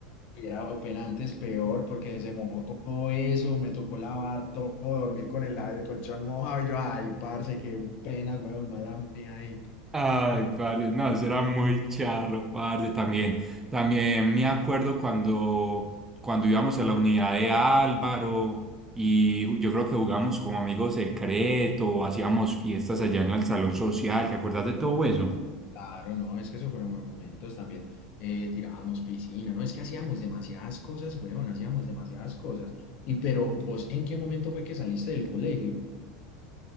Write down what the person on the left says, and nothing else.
Era open antes peor porque se mojó todo eso, me tocó lavar todo, dormir con el, el colchón mojado. Y yo, ay, parce, qué pena, weón, mala mía ahí.
Claro, no, es que eso fueron buenos momentos. También eh, tirábamos piscina, ¿no? Es que hacíamos demasiadas cosas, weón, hacíamos demasiadas cosas. Y pero vos, ¿en qué momento fue que saliste del colegio?